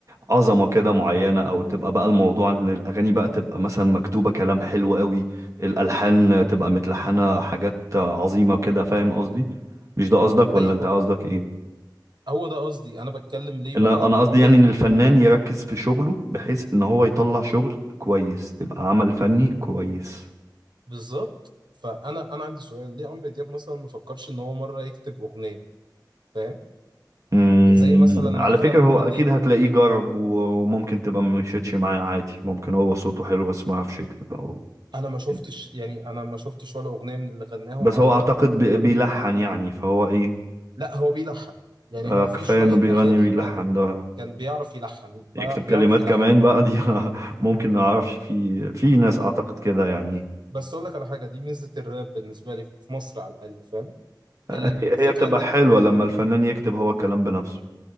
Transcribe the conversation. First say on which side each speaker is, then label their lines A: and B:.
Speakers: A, on the right (about 45°); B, on the right (about 75°).
A: عظمة كده معينة او تبقى بقى الموضوع ان الاغاني بقى تبقى مثلا مكتوبة كلام حلو قوي الالحان تبقى متلحنة حاجات عظيمة كده فاهم قصدي مش ده قصدك ولا
B: ايوه
A: انت قصدك ايه
B: هو ده قصدي انا بتكلم ليه
A: انا
B: بقى
A: انا
B: عمرو
A: قصدي يعني
B: دياب
A: ان الفنان يركز في شغله بحيث ان هو يطلع شغل كويس تبقى عمل فني كويس
B: بالظبط فانا انا عندي سؤال ليه عمرو دياب مثلا ما فكرش ان هو مره يكتب اغنيه فاهم
A: امم
B: زي مثلا ما
A: على
B: اغلب
A: فكرة
B: مغنيين
A: هو اكيد هتلاقيه جرب و- وممكن تبقى مشيتش معاه عادي ممكن هو صوته حلو بس ما يعرفش يكتب او
B: انا ما شفتش
A: كده
B: يعني انا ما شفتش ولا اغنيه من اللي غناهم
A: بس
B: على
A: هو
B: مدار
A: اعتقد
B: ما ابتدى
A: بي- بيلحن يعني فهو ايه
B: لا هو بيلحن يعني
A: آه،
B: هو
A: كفاية
B: في شويه
A: انه بيغني
B: اغاني
A: ويلحن
B: كان
A: ده
B: كان بيعرف يلحن بي-
A: يكتب
B: بيعرف
A: كلمات
B: يلحن
A: كمان بقى دي <laughs> ممكن ما اعرفش في في ناس اعتقد كده يعني
B: بس اقول لك على حاجه دي ميزه الراب بالنسبه لي في مصر على الاقل فاهم الفكره
A: هي هي بتبقى
B: انك
A: حلوة لما الفنان يكتب هو الكلام بنفسه